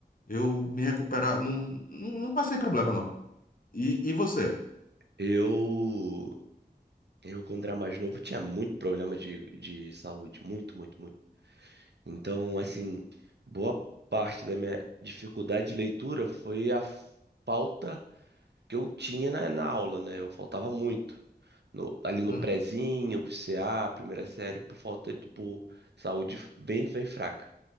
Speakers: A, on the left (about 55°); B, on the right (about 80°).
A: Eu me recuperava, não, não, não passei problema, não. E, e você?
B: Eu. Eu, quando era mais novo, tinha muito problema de, de saúde. Muito, muito, muito. Então, assim, boa parte da minha dificuldade de leitura foi a falta que eu tinha na, na aula, né? Eu faltava muito. No- ali no
A: Hum,
B: prezinho, pro CA, primeira série, por falta de, por saúde bem, bem fraca.